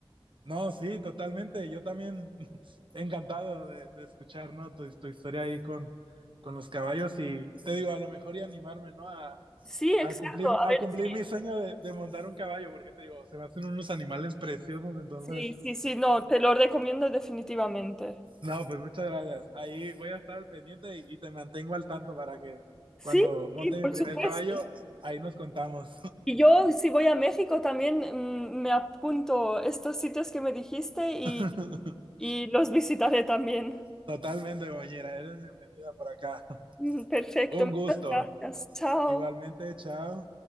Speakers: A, on the right; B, in the centre.
A: No, sí, totalmente. Yo también <laughs> encantado de, de escuchar, ¿no? Tu, tu historia ahí con, con los caballos y te digo, a lo mejor y animarme, ¿no? A,
B: Sí, exacto,
A: a cumplir,
B: a
A: a
B: ver,
A: cumplir
B: sí,
A: mi sueño de, de, montar un caballo, porque te digo, se me hacen unos animales preciosos, entonces,
B: sí, sí, sí, no, te lo recomiendo definitivamente.
A: no, pues muchas gracias. Ahí voy a estar al pendiente y, y te mantengo al tanto para que
B: Sí,
A: cuando monte
B: sí, por
A: mi primer
B: supuesto.
A: caballo, ahí nos contamos.
B: Y yo, si voy a México, también mm, me apunto estos sitios que me dijiste
A: <laughs>
B: y los visitaré también. <laughs>
A: Totalmente, compañera, eres bienvenida por acá.
B: Mm, Perfecto,
A: Un
B: muchas
A: gusto.
B: gracias. Chao.
A: Igualmente, chao.